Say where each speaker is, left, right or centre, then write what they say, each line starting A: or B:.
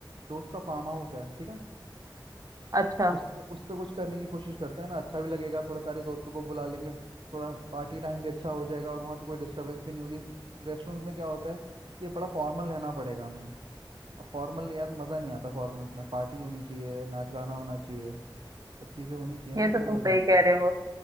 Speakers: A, on the right (about 85°); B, on the right (about 45°).
A: दोस्त का फार्म हाउस है ठीक है
B: अच्छा
A: उस पे उस पे कुछ करने की कोशिश करते हैं ना अच्छा भी लगेगा थोड़ा सारे दोस्तों को बुला लेंगे थोड़ा पार्टी टाइम भी अच्छा हो जाएगा और वहाँ पे कोई डिस्टरबेंस भी नहीं होगी रेस्टोरेंट्स में क्या होता है कि बड़ा फॉर्मल रहना पड़ेगा हमें अब फॉर्मल यार मज़ा नहीं आता फॉर्मल्स में पार्टी होनी चाहिए नाच गाना होना चाहिए सब चीज़ें होनी चाहिए
B: ये
A: ना
B: तो
A: तो
B: तुम सही
A: मज़ा है
B: कह रहे हो